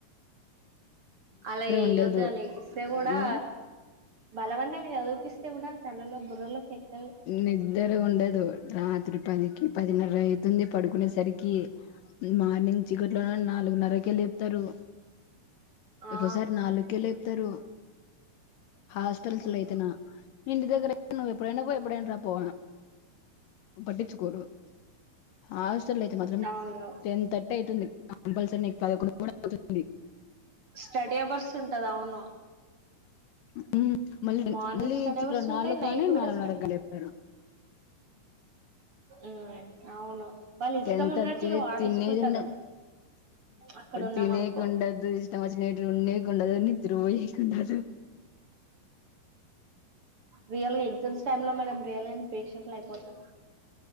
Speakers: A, on the right (about 40°); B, on the left (about 70°).
A: అలా వేయ్యొద్దు
B: ఉండదు
A: అలా ఇస్తే కూడా
B: ఆ
A: బలవంతంగా చదివిపిస్తే కూడా తలలో బుర్రలోకి ఎక్కదు
B: నిద్దర ఉండదు రాత్రి పదికి పదిన్నర అవుతుంది పడుకునే సరికి మార్నింగ్ చికెట్ లో నాలుగున్నరక లేపుతారు
A: ఆ
B: ఒకసారి నాలుకే లేపుతారు హోస్ట్ ల్లయితేనా ఇంటి దగ్గర అయితే నువ్వు ఎప్పుడైనా పో ఎప్పుడేన రా పో పట్టించుకోరు హాస్టల్ అయితే మాత్రం
A: అవును
B: టెన్ థర్టీ అవుతుంది కంపల్సరీ పదకొండు కూడా అవుతుంది
A: స్టడీ అవర్స్ ఉంటది అవును
B: అ మళ్ళీ
A: మార్నింగ్
B: మళ్ళీ
A: స్టడీ
B: చిప్పుడు
A: అవర్స్ ఉంటాయి
B: నాలుగుగాని
A: నైట్ కూడా
B: నాలుగు నరకుగా లేపుతారు
A: ఆ అవును వాళ్ళు ఇష్టం
B: టెన్త్
A: ఉన్నట్టుగా
B: అచ్చ
A: వాడేసుకుంటారు
B: తినేదిన్న
A: అక్కడ ఉన్నాం
B: తినేకుండదు
A: అనుకో
B: ఇష్టం వచ్చిన ఉన్న కుండదు నిద్ర పోయి ఉండరు
A: రియల్ గా ఎగ్జామ్స్ టైమ్ లో మనం రియల్గా పేషెంట్లు అయిపోతాం